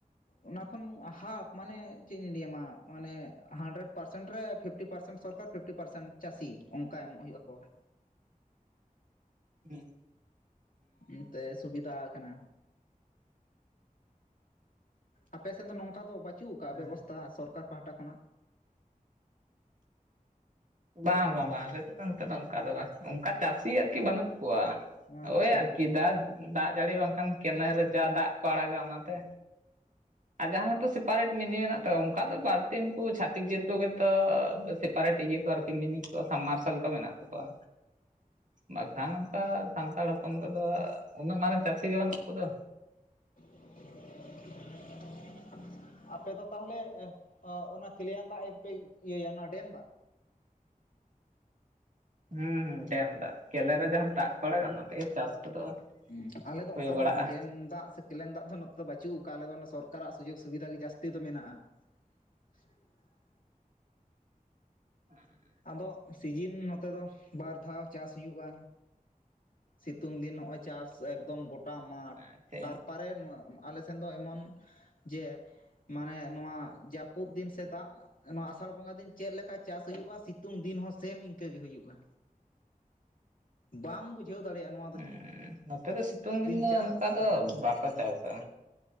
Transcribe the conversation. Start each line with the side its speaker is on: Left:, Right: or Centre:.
Left: ᱚᱱᱟ ᱠᱷᱚᱱ ᱦᱟᱯ ᱢᱟᱱᱮ ᱪᱮᱫ ᱤᱧ ᱞᱟᱹᱭᱟᱢᱟ ᱢᱟᱱᱮ ᱦᱟᱱᱰᱨᱮᱰ, ᱯᱟᱨᱥᱮᱱᱴ ᱨᱮ ᱯᱷᱤᱯᱴᱤ ᱯᱟᱨᱥᱮᱱᱴ ᱥᱚᱨᱠᱟᱨ ᱯᱷᱤᱯᱴᱤ ᱯᱟᱨᱥᱮᱱᱴ ᱪᱟᱹᱥᱤ ᱚᱱᱠᱟ ᱮᱢᱚᱜ ᱦᱩᱭᱩᱜᱼᱟ ᱠᱚᱨ ᱾
Right: ᱦᱮᱸ,
Left: ᱤᱱᱟᱹᱛᱮ ᱥᱩᱵᱤᱫᱷᱟ ᱠᱟᱱᱟ᱾ ᱟᱯᱮᱥᱮᱫ ᱫᱚ ᱱᱚᱝᱠᱟ ᱫᱚ ᱵᱟᱹᱪᱩᱜ ᱠᱟᱜᱼᱟ
Right: ᱦᱩᱸ
Left: ᱵᱮᱵᱚᱥᱛᱷᱟ ᱥᱚᱨᱠᱟᱨ ᱯᱟᱦᱟᱴᱟ ᱠᱷᱚᱱᱟᱜ᱾
Right: ᱵᱟᱝ ᱵᱟᱝ ᱵᱟᱝ, ᱟᱞᱮᱥᱮᱫ ᱫᱚ ᱱᱤᱛᱚᱜ ᱫᱚ ᱚᱱᱠᱟ ᱫᱚ ᱵᱟᱝ ᱚᱱᱠᱟ ᱪᱟᱹᱥᱤ ᱟᱨᱠᱤ ᱵᱟᱹᱱᱩᱜ ᱠᱚᱣᱟ᱾
Left: ᱟᱪᱪᱷᱟ
Right: ᱳᱭ ᱟᱨᱠᱤ ᱫᱟᱜ ᱫᱟᱜ ᱡᱟᱹᱲᱤ ᱵᱟᱝᱠᱷᱟᱱ ᱠᱮᱱᱮᱞ ᱨᱮ ᱡᱟ ᱫᱟᱜ ᱠᱚ ᱟᱲᱟᱜᱟ ᱚᱱᱟᱛᱮ᱾ ᱟᱨ ᱡᱟᱦᱟᱸ ᱠᱚ ᱥᱮᱯᱟᱨᱮᱴ ᱢᱤᱱᱤ ᱢᱮᱱᱟᱜ ᱛᱟᱠᱚᱣᱟ ᱚᱝᱠᱟ ᱫᱚ ᱵᱟᱹᱲᱛᱤ ᱩᱱᱠᱩ ᱪᱷᱟᱛᱤᱠ ᱡᱟᱹᱛ ᱠᱚᱜᱮ ᱛᱚ ᱵᱮᱥᱤ᱾ ᱯᱟᱨᱮᱴ ᱤᱭᱟᱹ ᱠᱚ ᱟᱨᱠᱤ ᱢᱤᱱᱤ ᱠᱚ ᱥᱟᱢ ᱢᱟᱨᱥᱟᱞ ᱠᱚ ᱢᱮᱱᱟᱜ ᱛᱟᱠᱚᱣᱟ᱾ ᱵᱟᱠᱷᱟᱱ ᱚᱝᱠᱟ ᱥᱟᱱᱛᱟᱲ ᱦᱚᱯᱚᱱ ᱠᱚᱫᱚ ᱩᱱᱟᱹᱜ ᱢᱟᱨᱟᱝ ᱪᱟᱹᱥᱤ ᱜᱮ ᱵᱟᱹᱱᱩᱜ ᱠᱚᱫᱚ᱾
Left: <unintelligible> ᱟᱯᱮ ᱫᱚ ᱛᱟᱦᱚᱞᱮ ᱚᱱᱟ ᱠᱮᱞᱮᱭᱟᱱ ᱫᱟᱜᱯᱮ ᱤᱭᱟᱹᱭᱟ ᱚᱱᱟ ᱰᱮᱢ ᱫᱟᱜ᱾
Right: ᱦᱮᱸ ᱰᱮᱢ ᱫᱟᱜ ᱠᱮᱞᱮ ᱨᱮ ᱡᱟᱦᱟᱸ ᱫᱟᱜ ᱠᱚ ᱟᱲᱟᱜᱟ ᱚᱱᱟᱛᱮᱜᱮ ᱪᱟᱥ ᱠᱚᱫᱚ᱾
Left: ᱦᱩᱸ ᱟᱞᱮ ᱫᱚ
Right: ᱦᱩᱭ
Left: ᱚᱱᱠᱟᱱ
Right: ᱵᱟᱲᱟᱜᱼᱟ
Left: ᱰᱮᱢ ᱫᱟᱜ ᱥᱮ, ᱠᱮᱞᱮᱱ ᱫᱟᱜ ᱫᱚ ᱱᱚᱛᱮ ᱫᱚ ᱵᱟᱹᱪᱩᱜ ᱠᱟᱜ-ᱟ ᱟᱞᱮ ᱫᱚ ᱥᱚᱨᱠᱟᱨᱟᱜ ᱥᱩᱡᱳᱜᱽ ᱥᱩᱵᱤᱫᱷᱟ ᱜᱮ ᱡᱟᱹᱥᱛᱤ ᱫᱚ ᱢᱮᱱᱟᱜᱼᱟ᱾ <inaudible>
Right: <inaudible>
Left: ᱟᱫᱚ ᱥᱤᱡᱤᱱ ᱱᱚᱛᱮ ᱫᱚ ᱵᱟᱨ ᱫᱷᱟᱣ ᱪᱟᱥ ᱦᱩᱭᱩᱜᱼᱟ᱾ ᱥᱤᱛᱩᱝ ᱫᱤᱱ ᱱᱚᱜ ᱚᱚᱭ ᱪᱟᱥ ᱮᱠᱫᱚᱢ ᱜᱚᱴᱟ ᱢᱟᱴᱷ
Right: ᱟᱪᱪᱷᱟ
Left: ᱛᱟᱨᱼᱼ ᱯᱟᱨᱮ ᱱᱚᱣᱟ ᱟᱞᱮᱥᱱ ᱫᱚ ᱮᱢᱚᱱ ᱡᱮᱼᱼ ᱢᱟᱱᱮ ᱱᱚᱣᱟ ᱡᱟᱹᱯᱩᱫ ᱫᱤᱱ ᱥᱮ ᱫᱟᱜᱼᱼ ᱱᱚᱣᱟ ᱟᱥᱟᱲ ᱵᱚᱸᱜᱟ ᱫᱤᱱ ᱪᱮᱫᱞ ᱞᱮᱠᱟ ᱪᱟᱥ ᱦᱩᱭᱩᱜᱼᱟ ᱥᱤᱛᱩᱝ ᱫᱤᱱ ᱦᱚᱸ ᱥᱮᱢ ᱤᱱᱠᱟᱹᱜ ᱜᱮ ᱦᱩᱭᱩᱜᱼᱟ᱾ ᱵᱟᱢ ᱵᱩᱡᱷᱼᱟᱼᱼ ᱵᱩᱡᱷᱟᱹᱣ ᱫᱟᱲᱭᱟᱜ, ᱱᱚᱣᱟᱼᱼ
Right: ᱦᱮᱸ ᱱᱚᱛᱮ ᱫᱚ ᱥᱤᱛᱩᱝ ᱫᱤᱱ ᱫᱚ
Left: ᱪᱟᱥ
Right: ᱚᱱᱠᱟ ᱫᱚ
Left: ᱥᱮ
Right: ᱵᱟᱠᱚ ᱪᱟᱥᱟ᱾